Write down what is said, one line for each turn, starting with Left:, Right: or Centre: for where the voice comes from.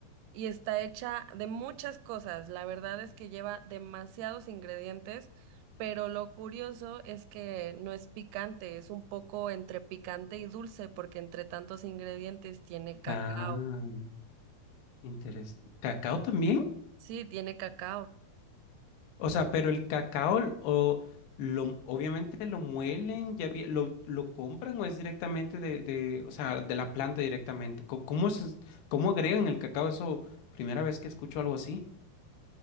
Right: y está hecha de muchas cosas. La verdad es que lleva demasiados ingredientes, pero lo curioso es que no es picante, es un poco entre picante y dulce, porque entre tantos ingredientes tiene cacao.
Left: Ah, interesante. ¿Cacao también?
Right: Sí, tiene cacao.
Left: O sea, pero el cacao l- o lo, obviamente lo muelen, ya vi- lo, lo compran o es directamente de, de, o sea, de la planta directamente. Co- ¿Cómo se, cómo agregan el cacao? Eso, primera vez que escucho algo así.